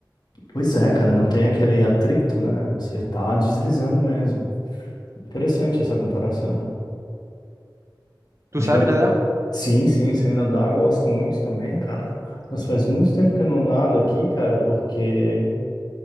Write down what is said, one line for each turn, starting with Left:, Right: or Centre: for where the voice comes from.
Left: Pois é, cara, não tem aquele atrito, né? Você tá deslizando mesmo. Interessante essa comparação.
Right: Tu
Left: Digam-
Right: sabe nadar?
Left: Sim, sim, sem nadar, gosto muito também, cara. Mas faz muito tempo que eu não nado aqui, cara, porque